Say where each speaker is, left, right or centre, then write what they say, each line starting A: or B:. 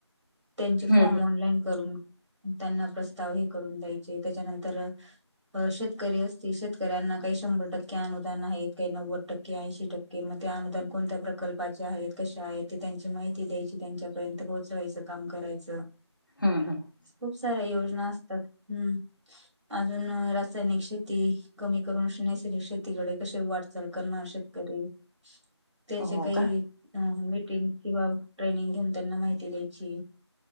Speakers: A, on the right; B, on the left.
A: त्यांचे
B: हम्म
A: फॉर्म ऑनलाईन करून त्यांना प्रस्ताव हे करून द्यायचे. त्याच्यानंतर शेतकरी असतील शेतकऱ्यांना काही शंभर टक्के अनुदान आहेत. काही नव्वद टक्के, ऐशी टक्के मग ते अनुदान कोणत्या प्रकल्पाचे आहेत. कशे आहेत ते त्यांची माहिती ती द्यायची. त्यांच्यापर्यंत पोहोचवायचं. काम करायचं.
B: हम्म हम्म हम्म
A: खूप साऱ्या योजना असतात हुं. अजून रासायनिक शेती कमी करून, नैसर्गिक शेतीकडे कसे वाटचाल करणार शेतकरी त्याचे
B: हो
A: काही
B: का
A: मीटिंग किंवा ट्रेनिंग घेऊन त्यांना माहिती द्यायची.